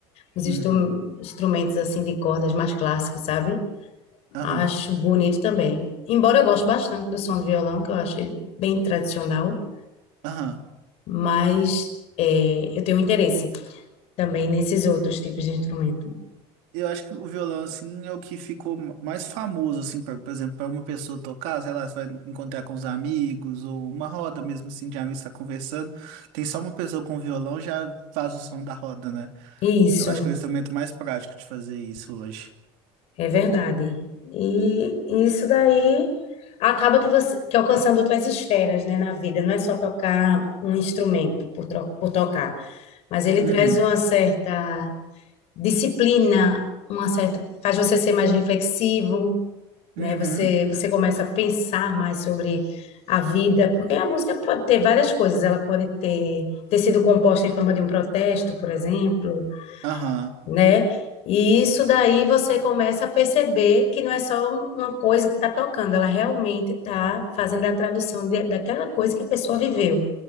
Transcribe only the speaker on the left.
Os
instru- instrumentos assim de cordas mais clássicos, sabe?
Acho bonito também. Embora eu goste bastante do som do violão, que eu acho ele bem tradicional,
mas é, eu tenho um interesse também nesses outros tipos de instrumento.
Isso,
é verdade. E isso daí acaba que você que alcançando outras esferas, né, na vida. Não é só tocar um instrumento por, tro- por tocar, mas ele
traz uma certa disciplina, uma certa, faz você ser mais reflexivo né?
Você, você começa a pensar mais sobre a vida, porque a música pode ter várias coisas, ela pode ter, ter sido composta em forma de um protesto, por exemplo,
né? E isso daí você começa a perceber que não é só um- uma coisa que está tocando, ela realmente está fazendo a tradução de- daquela coisa que a pessoa viveu.